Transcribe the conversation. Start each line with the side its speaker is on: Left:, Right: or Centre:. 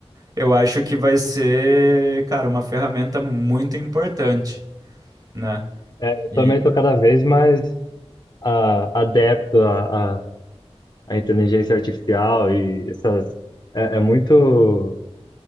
Right: eu acho que vai ser, cara, uma ferramenta muito importante, né?
Left: Eu
Right: E
Left: também tô cada vez mais ah, adepto à, à, à inteligência artificial e essas, é é muito